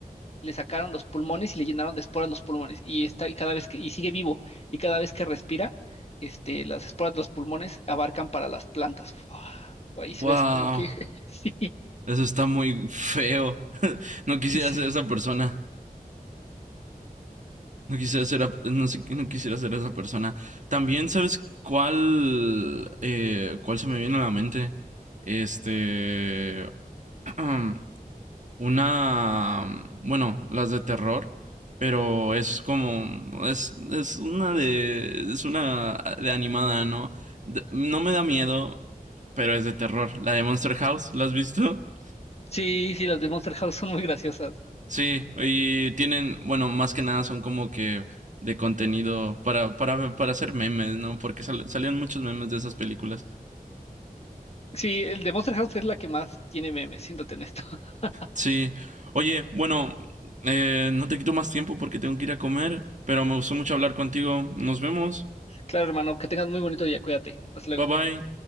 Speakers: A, on the left; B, on the right.
A: le sacaron los pulmones y le llenaron de esporas los pulmones y está, y cada vez que, y sigue vivo, y cada vez que respira, este, las esporas de los pulmones abarcan para las plantas. Fua, Y se
B: Wow.
A: ve así como que, <laughs> sí,
B: Eso está muy feo. <laughs> No quisiera
A: sí,
B: ser esa persona. No quisiera ser, a- no, sé- no quisiera ser esa persona. También, ¿sabes cuál, eh, cuál se me viene a la mente? Este, <clears throat> una, bueno, las de terror, pero es como, es, es una de, es una de animada, ¿no? D- No me da miedo, pero es de terror. La de Monster House, ¿la has visto?
A: sí, sí, las de Monster House son muy graciosas.
B: Sí, y tienen, bueno, más que nada son como que de contenido para, para, para hacer memes, ¿no? Porque sal- salieron muchos memes de esas películas.
A: Sí, el de Monster House es la que más tiene memes, siéntate en esto. <laughs>
B: Sí. Oye, bueno, eh, no te quito más tiempo porque tengo que ir a comer, pero me gustó mucho hablar contigo. Nos vemos.
A: Claro, hermano, que tengas muy bonito día, cuídate. Hasta luego.
B: Bye bye.